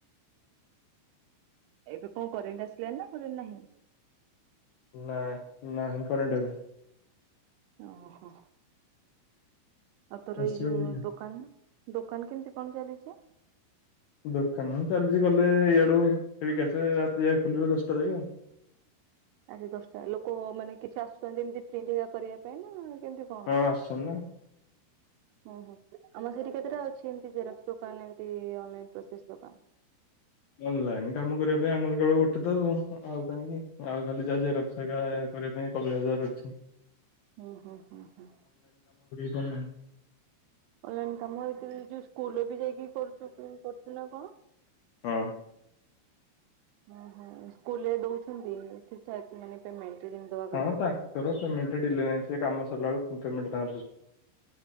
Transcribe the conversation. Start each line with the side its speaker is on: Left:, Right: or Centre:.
Right: ଏବେ କଣ କରେଣ୍ଟ ଆସିଲଣିି ନା କରେଣ୍ଟ ନାହିଁ
Left: ନା ନାହିଁ କରେଣ୍ଟ ଏବେ।
Right: ଓହୋ ଆଉ ତୋର
Left: ଆସିବନି
Right: ଏଇ ଯଉ ଦୋକାନରୁ ଦୋକାନ କେମିତି କଣ ଚାଲିଛି
Left: ଦୋକାନ ହଁ ଚାଲିଛି ଗଲେ ଏଇଆଡୁ ଖେଳିକି ଆସିବେ ରାତି ଯାଏ ଖୋଲିବେ ଦଶଟା ଯାଏ ଆଉ।
Right: ଆଜି ଦଶଟା ଲୋକ ମାନେ କିଛି ଆସୁଛନ୍ତି ଏମିତି ପ୍ରିଣ୍ଟ୍ କରିବା ପାଇଁ ନା କେମିତି କଣ?
Left: ହଁ ଆସଚନ୍ତି ନା
Right: ହୁଁ ହୁଁ ଆମ ସେଠି କେତେଟା ଅଛି ଏମତି ଜେରକ୍ସ ଦୋକାନ ଏମତି ଅନନାଇଲ ପ୍ରୋସେସ୍ ଦୋକାନ
Left: ଅନଲାଇନ କାମ କରିବା ପାଇଁ ଆମର କେବଳ ଗୋଟେ ତ ଆଉ କାଇଁକି ଆଉ ଖାଲି ଯାହା ଯାଏ ଜେରକ୍ସ ହରିକା କରିବା ପାଇଁ କପିଳା ଭାଉଜ ଘର ଅଛି।
Right: ହୁଁ ହୁଁ ହୁଁ ହୁଁ
Left: ଶନ
Right: ଅନଲାଇ କାମ ହେଇ ଯଉ ସ୍କୁଲ ବି ଯାଇକି କରୁ କରୁଛୁ ନା କଣ
Left: ହଁ
Right: ଓ ହ ସ୍କୁଲରେ ଦଉଛନ୍ତି ଠିକ ଠାକ ମାନେ ପେମେଣ୍ଟ ଯେମିତି ଦବା କଥା।
Left: ହଁ ତାଙ୍କର ପେମେଣ୍ଟ ଡିଲେ ନାହିଁ ସେ କାମ ସିଲାବେଳକୁ ପେମେଣ୍ଟ ତା